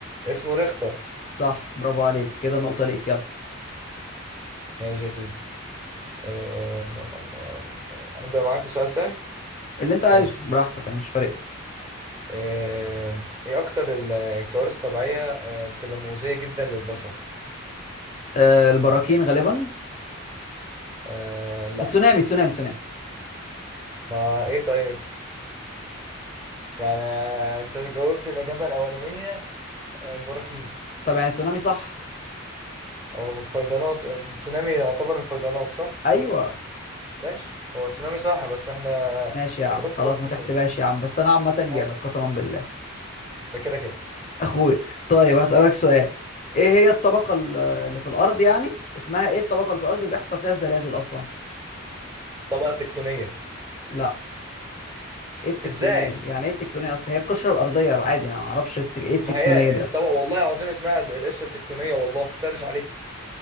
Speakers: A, on the right; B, on the left.
A: اسمه ريختر
B: صح برافو عليك كده نقطه ليك يلا
A: ماشي يا سيدي آه، ابدا معاك بسؤال سهل
B: اللي انت عايزه
A: ماشي
B: براحتك انا مش فارق لي.
A: آه، ايه اكتر الكوارث الطبيعيه آه، بتبقى مؤذيه جدا للبشر
B: آه البراكين غالبا
A: آه، لا
B: تسونامي تسونامي تسونامي
A: ما ايه طيب يعني آه، انت جاوبت الاجابه الاولانيه آه، براكين
B: طب يعني تسونامي صح
A: او فيضانات التسونامي يعتبر من الفيضانات صح
B: ايوه
A: ماشي هو تسونامي صح بس احنا
B: ماشي يا عم
A: تجاوزت
B: خلاص
A: بركين
B: ما تحسبهاش يا عم بس انا عامه
A: عادي
B: جامد قسما بالله
A: ده كده كده
B: اخويا طيب هسألك سؤال ايه هي الطبقه ال- اللي في الارض يعني اسمها ايه الطبقه اللي في الارض اللي بيحصل فيها الزلازل اصلا
A: الطبقه التكتونيه
B: لا ايه التكتونيه
A: ازاي
B: دي يعني ايه التكتونيه اصلا هي القشره الارضيه العادي انا ما اعرفش التك... ايه التكتونيه
A: ما هي
B: دي
A: الطبقه
B: اصلا
A: والله العظيم اسمها ال- القشره التكتونيه والله سرش عليها